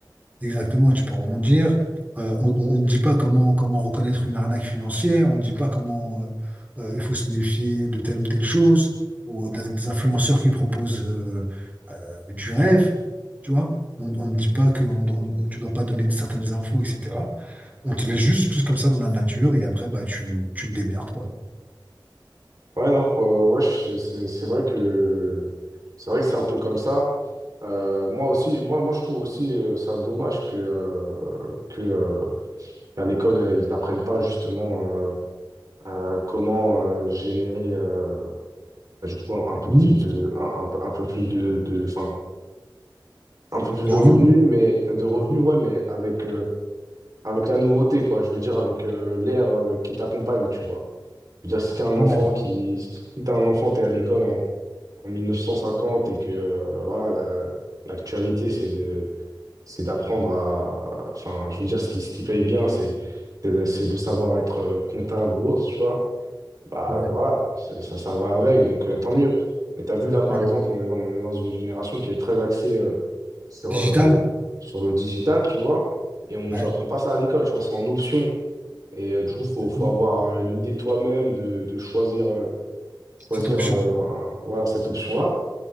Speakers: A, on the right; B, on the right.
A: exactement, et tu peux rebondir. Euh, on on- on ne dit pas comment, comment reconnaître une arnaque financière, on ne dit pas comment euh, euh, il faut se méfier de telle ou telle chose, ou des, des influenceurs qui proposent euh, euh, du rêve, tu vois. On on ne dit pas que on- on- tu dois pas donner certaines infos, etc. On te laisse juste, juste comme ça dans la nature et après, bah, tu, tu te démerdes, quoi.
B: Ouais, non, pour- euh, ouais, je- c'est c'est- c'est vrai que c'est vrai que c'est un peu comme ça. Euh, moi aussi, moi, moi je trouve aussi euh, ça dommage que, euh, que euh, à l'école, euh, ils t'apprennent pas justement euh, euh, comment euh, générer euh, du coup un, un peu
A: Oui,
B: plus de un, un peu un peu plus de, de enfin un peu plus
A: le
B: de
A: revenu.
B: revenus, mais de revenus ouais, mais avec euh, avec la nouveauté quoi. Je veux dire avec euh, l'air euh, qui t'accompagne, tu vois. Je veux dire si t'es un
A: Ouais,
B: enfant qui si t'es un enfant, t'es à l'école en, en 1950 et que euh, voilà la- l'actualité c'est de c'est d'apprendre à... Enfin, je veux dire, ce qui, ce qui paye bien, c'est c'est c'est de savoir être euh, comptable ou autre, tu vois. Bah
A: ouais,
B: euh, voilà, ça, ça, ça va avec, donc euh, tant mieux. Mais t'as vu, là, par
A: ouais.
B: exemple, on est dans, on est dans une génération qui est très axée euh, sur,
A: Digital?
B: euh, sur le digital, tu vois. Et on nous
A: Ouais.
B: apprend pas ça à l'école, tu vois, c'est en option. Et euh, du coup, faut, faut
A: Mhm.
B: avoir euh, l'idée toi-même de, de choisir, euh, choisir
A: Cette option.
B: euh, un- voilà, cette option-là.